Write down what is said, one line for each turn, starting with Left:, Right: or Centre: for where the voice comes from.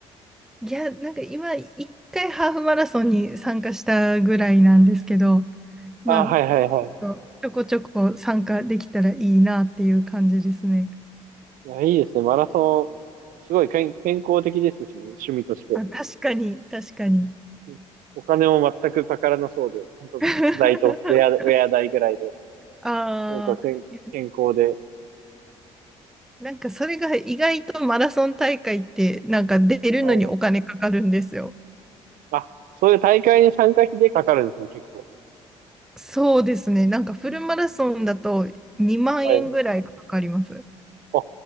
Centre: いや、なんか今、一回ハーフマラソンに参加したぐらいなんですけど、
Right: あ。
Centre: まあ、
Right: あ、
Centre: ち
Right: はいはいはい。
Centre: ょっとちょこちょこ参加できたらいいなっていう感じですね。
Right: いや、いいですね。マラソン、すごい健、健康的ですしね、趣味として。
Centre: あ、確かに、確かに。
Right: うんお金も全くかからなそうで、本当靴代とウェア、
Centre: <laughs>
Right: ウェア代ぐらいで、
Centre: ああ、
Right: なんかけん、
Centre: いや
Right: 健康で。
Centre: なんかそれが意外とマラソン大会ってなんか出るのにお金かかるんですよ。
Right: はい。あ、そういう大会に参加費でかかるんですね、結構。
Centre: そうですね。なんかフルマラソンだと2万円ぐらいかかります。
Right: はい。あ、